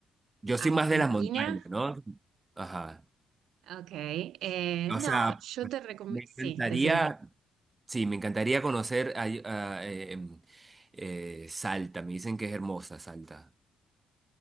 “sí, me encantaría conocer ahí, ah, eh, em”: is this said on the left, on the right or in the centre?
Right